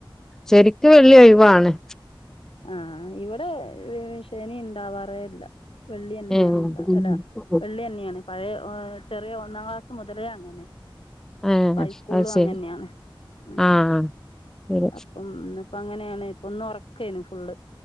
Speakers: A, in the centre; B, on the left (about 85°).
A: ശരിക്കും വെള്ളി ഒഴിവാണ് <unintelligible>
B: ആഹ ഇവിടെ ശനി ഇണ്ടാവാറേല്ല വെള്ളി ന്നെയാണ്
A: ഏഹ്
B: ഉണ്ടാ അല്ല വെള്ളിന്നെയാണ് പഴയ ചെറിയ ഒന്നാം ക്ലാസ് മുതലേ അങ്ങനെ
A: ഏഹ്
B: ഹൈസ്കൂളും
A: അത് ശരി
B: അങ്ങനെയാണ് ഉം
A: ആഹ് ശരി
B: അപ്പം അപ്പ അങ്ങനെയാണ് ഇപ്പൊന്നൊറ ക്കെനു ഫുള്ള്